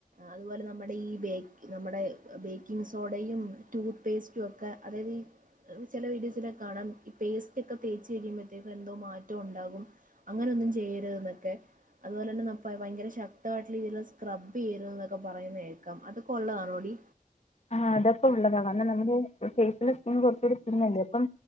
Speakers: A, on the right; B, on the left.
A: അതുപോലെ നമ്മുടെ ഈ ബേ നമ്മുടെ ബേക്കിംഗ് സോഡയും ടൂത്ത് പേസ്റ്റും ഒക്കെ അതായത് ചെല വീഡിയോസിൽ ഒക്കെ കാണാം ഈ പേസ്റ്റ് ഒക്കെ തേച്ച് കഴിയുമ്പോഴത്തേക്കും എന്തോ മാറ്റം ഉണ്ടാകും അങ്ങനെ ഒന്നും ചെയ്യരുത് ന്നൊക്കെ അതുപോലെ തന്നെ ന ഭയങ്കര ശക്തമായിട്ടുള്ള രീതിയിൽ സ്ക്രബ് ചെയ്യരുത് എന്നൊക്കെ പറയുന്ന കേൾക്കാം അതൊക്കെ ഉള്ളതാണോടി
B: ആഹ് അതൊക്കെ ഉള്ളതാ കാരണം നമ്മുടെ ഫേസിലെ സ്കിൻ കുറച്ചൂടി തിന്നല്ലേ അപ്പം